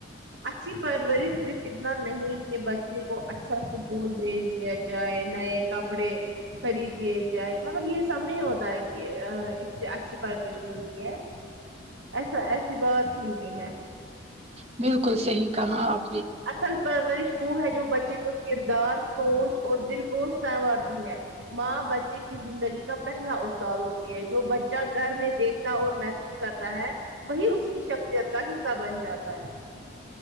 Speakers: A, on the right (about 65°); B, on the right (about 30°).
A: اچھی پرورش صرف اتنا نہیں کہ بچے کو اچھا اسکول بھیج دیا جائے نئے کپڑے خرید دیے جائے مطلب یہ سب نہیں ہوتا ہے کہ اس سے اچھی پرورش ملتی ہے ایسا ایسی بات ہی نہیںئی ہے
B: بالکل صحیح کہا آپ نے
A: اصل پرورش وہ ہے جو بچے کو کردار سوچ اور دل کو سنوارتی ہے ماں بچے کی زندگی کا پہلا اتاد ہوتی ہے جو بچہ گھر میں دیکھتا اور محسوس کرتا ہے وہی اس کی شخصیت کا حصہ بن جاتا ہے